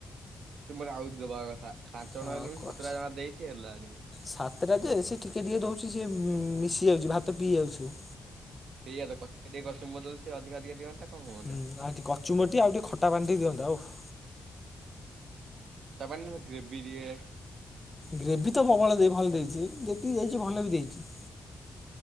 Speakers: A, on the right; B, on the left.
A: ମତେ ମୋର ଆହୁରି ଦେବାର କଥା ପାଞ୍ଚ ଜଣ
B: ହଁ
A: ହେଲୁଣି
B: କଚ
A: ସାତଟା ଜମା ଦେଇଛି ହେଲାନି।
B: ସାତଟା ଯେ ସେ ଟିକେ ଟିକେ ଦଉଛି ସେ ମିଶି ଯାଉଛି ଭାତ ପିଇ ଯାଉଛି ସବୁ।
A: ଏଇଆ ତ କଚ୍ ଟିକେ ଟିକେ କଚୁମ୍ବର୍ ଦଉଚି ଅଧିକା ଟିକେ ଦିଅନ୍ତା। କଣ ହୁଅନ୍ତା।
B: ହୁଁ ଆଉ ଟିକେ କଚୁମ୍ବର୍ ଆଉ ଟିକେ ଖଟା ପାଣି ଦିଅନ୍ତା ଓଃ।
A: ହୁଁ ଖଟା ପାଣି ନହେଲେ ଗ୍ରେବି ଦିଏ।
B: ଗ୍ରେଭି ତ ପ୍ରବଳ ଦେଇ ଭଲ ଦେଇଛି ଯେତିକି ଦେଇଛି ଭଲ ବି ଦେଇଛି।